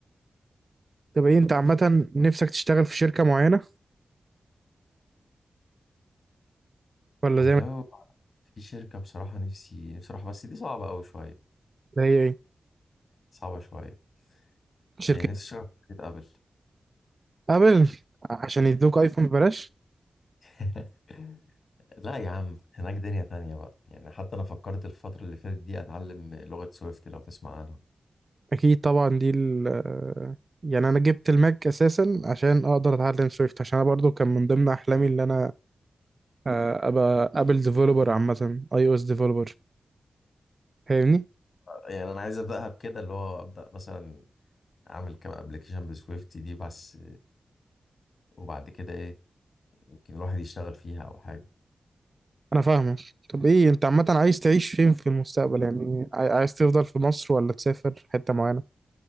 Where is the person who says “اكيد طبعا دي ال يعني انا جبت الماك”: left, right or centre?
Right